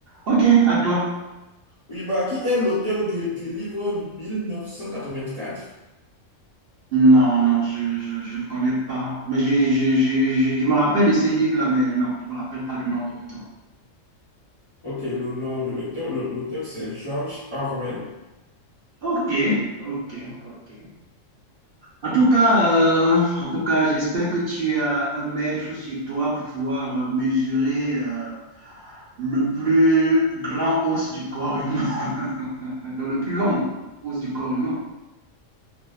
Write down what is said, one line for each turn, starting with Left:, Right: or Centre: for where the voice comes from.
Right: Ok, à toi.
Left: Oui, bah, qui est l'auteur du, du livre 1984?
Right: Non, non, je, je, je ne connais pas. Mais je, je, je, je, je me rappelle de ce livre-là, mais non, je ne me rappelle pas du nom de l'auteur.
Left: Ok, le nom de l'auteur, le- l'auteur c'est George Orwell.
Right: Ok, ok, ok. En tout cas, euh, en tout cas, j'espère que tu as un mètre sur toi pour pouvoir euh, mesurer euh, le plus grand os du corps humain, <laughs> dans le plus long os du corps humain.